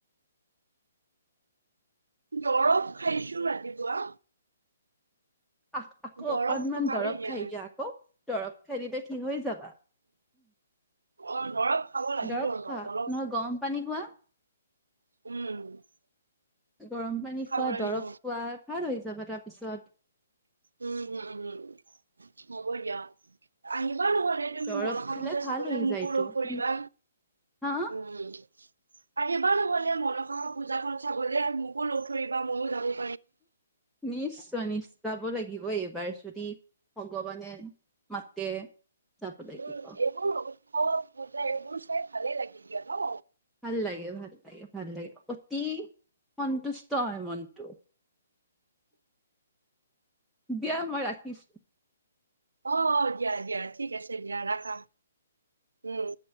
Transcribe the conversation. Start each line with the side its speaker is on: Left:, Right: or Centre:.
Right: দৰৱ খাইছো ৰাতিপুৱা।
Centre: আ আকৌ
Right: দৰৱটো
Centre: অকনমান
Right: কামেই
Centre: দৰব খাই
Right: নাই
Centre: দিয়া আকৌ, দৰব খাই দিলে ঠিক হৈ যাবা।
Right: অ' দৰব খাব লাগিব
Centre: দৰৱ
Right: আৰু
Centre: খোৱা
Right: ভাত অলপ।
Centre: নহয় গৰম পানী খোৱা
Right: উম।
Centre: গৰম পানী
Right: খাব
Centre: খোৱা,
Right: লাগিব
Centre: দৰৱ খোৱা, ভাল হৈ যাবা তাৰ পিছত।
Right: উম হুম হুম, হ'ব দিয়া, আহিবা নহ'লে। তুমি
Centre: দৰৱ
Right: মনসা
Centre: খালে
Right: পূজা
Centre: ভাল
Right: চাবলে
Centre: হৈ
Right: মোকো
Centre: যায়তো
Right: লগ ধৰিবা
Centre: তুমি হা
Right: উম। আহিবা নহ'লে মনসা হৰ পূজাখন চাবলে মোকো লগ ধৰিবা ময়ো যাম
Centre: নিশ্চয় নিশ্চয় যাব লাগিব এইবাৰ যদি। ভগৱানে মাতে, যাব লাগিব।
Right: উম এইবোৰ উৎসৱ পূজা এইবোৰ চাই ভালে লাগে দিয়া ন।
Centre: ভাল লাগে, ভাল লাগে, ভাল লাগে অতি সন্তুষ্ট হয় মনটো। দিয়া মই ৰাখিছো।
Right: অ' অ' দিয়া দিয়া ঠিক আছে দিয়া ৰাখা উম।